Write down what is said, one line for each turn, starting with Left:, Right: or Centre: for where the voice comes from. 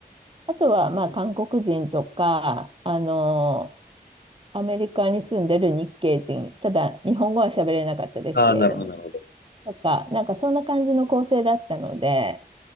Right: あとはまあ韓国人とか、あの、アメリカに住んでる日系人、ただ日本語は喋れなかったですけれども、
Left: ああ、なるほどなええうんうんうんうーんおうああなるほど。
Right: とか、なんかそんな感じの構成だったので、